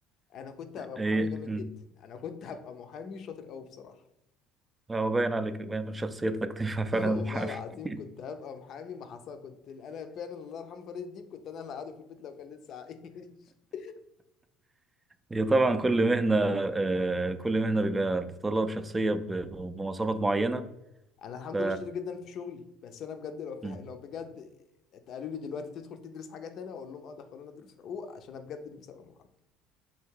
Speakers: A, on the left (about 55°); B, on the right (about 20°).
A: انا كنت هبقى
B: إيه.
A: محامي جامد
B: مم.
A: جدا انا كنت هبقى محامي شاطر قوي بصراحه
B: هو باين عليك باين من شخصيتك تنفع
A: <laughs>
B: فعلا
A: والله
B: محامي
A: العظيم
B: <laughs>
A: كنت هبقى محامي ما حصل كنت انا فعلا الله يرحمه فريد الديب كنت انا اللي قاعده في البيت لو كان لسه عايش <laughs>
B: هي طبعا كل مهنة آه، كل مهنة بيبقى تتطلب شخصية ب- ب- بمواصفات معينة
A: انا الحمد
B: ف
A: لله شاطر جدا في شغلي بس انا بجد لو في
B: مم.
A: لو بجد اتقالوا لي دلوقتي تدخل تدرس حاجه تانية اقول لهم اه دخلونا ادرس حقوق عشان انا بجد نفسي ابقى محامي